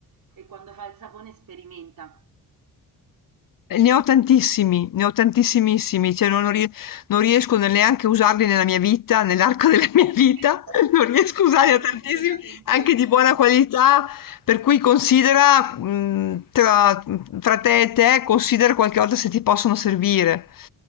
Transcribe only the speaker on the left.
Eh, Ne ho tantissimi, ne ho tantissimissimi, cioè non, non rie- non riesco ne- neanche a usarli nella mia vita, nell'arco della <laughs> mia vita,
non riesco a usarne
tantissimi,
anche di buona qualità, per cui considera, mh, tra, tra te e te, considera qualche volta se ti possono servire.